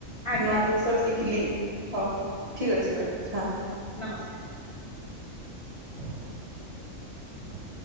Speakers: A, on the left (about 50°); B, on the right (about 30°).
A: ଆଜ୍ଞା
B: ନୂଆ
A: ଆଜ୍ଞା
B: ଜିନିଷ ବି ଶିଖିଲି। ହଉ ଠିକ୍ ଅଛି ମ୍ୟାଡ଼ମ୍
A: ନମସ୍କାର।
B: ହଁ। <inaudible>